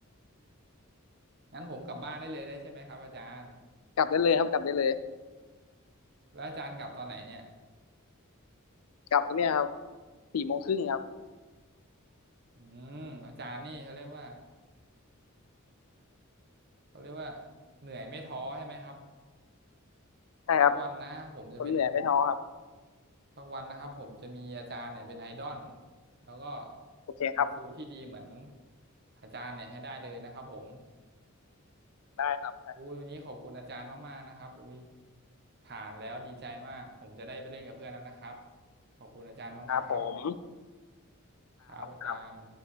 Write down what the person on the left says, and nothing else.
กลับได้เลยครับกลับได้เลย
กลับเนี่ยครับสี่โมงครึ่งครับ
ใช่ครับ
คนเหนื่อยไม่ท้อครับ
โอเคครับ
ได้ครับได้
ครับผม
ครับ